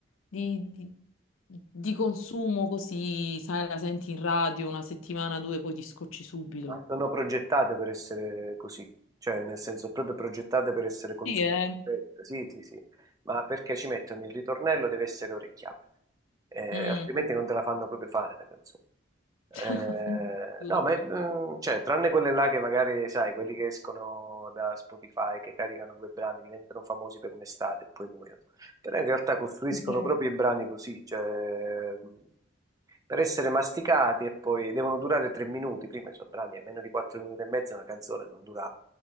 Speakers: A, on the left; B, on the right.
A: di, di di consumo così, sai, la senti in radio una settimana, due, poi ti scocci subito.
B: Ma Sono progettate per essere così, cioè nel senso proprio progettate per essere consumate.
A: Sì, eh.
B: fresche. Sì, sì, sì, ma perché ci mettono il ritornello deve essere orecchiabile, eh,
A: Mm.
B: altrimenti non te la fanno proprio fare la canzone. Eh,
A: <laughs> Addirittura.
B: no, ma è- mm, cioè, tranne quelle là che magari, sai, quelli che escono da Spotify, che caricano due brani, diventano famosi per un'estate e poi muoiono. Però in realtà costruiscono
A: Vero.
B: proprio i brani così, cioè, mm, per essere masticati e poi devono durare tre minuti. Prima i suoi brani, a meno di quattro minuti e mezzo, una canzone non durava.